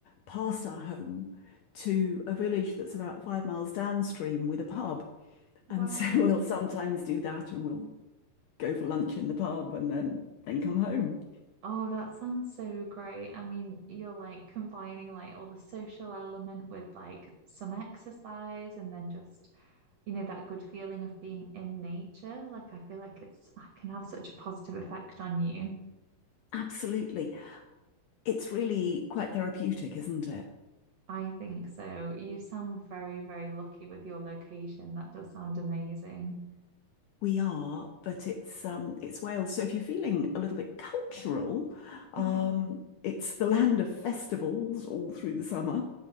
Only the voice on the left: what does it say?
past our home, to a village that's about five miles downstream with a pub.
And so <laughs> we'll sometimes do that, and we'll go for lunch in the pub and then then come home.
Absolutely. It's really quite therapeutic, isn't it?
We are, but it's um it's Wales. So if you're feeling a little bit cultural, um
it's the land of festivals all through the summer,